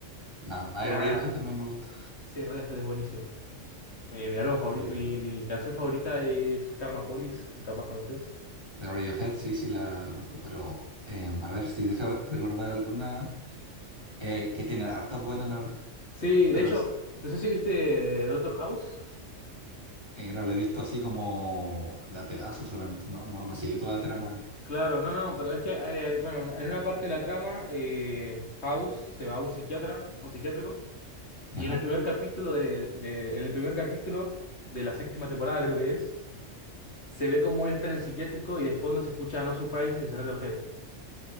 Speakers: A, on the right; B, on the left.
A: no, hay
B: de la
A: Radiohead
B: nada.
A: también me gusta.
B: Sí, Radiohead es buenísimo. Mi, mi álbum favorito,
A: De, vuelta.
B: mi, mi canción favorita es Karma Police, capaz conoces.
A: de Radiohead sí, sí la conozco, pero em, a ver si deja recordar alguna eh, que tiene hartas buenas, la verdad.
B: Sí,
A: Pero
B: de hecho, no sé si viste Doctor House.
A: era, lo he visto así como de a pedazos solamente, no, no, no siguió toda la trama.
B: Claro, no, no, pero es que, eh, bueno, en una parte de la trama, eh, House se va a un psiquiatra, un psiquiátrico, y
A: Ajá.
B: en el primer capítulo de, de- en el primer capítulo de la séptima temporada, creo que es, se ve como él está en el psiquiátrico y de fondo se escucha No Surprises de Radiohead.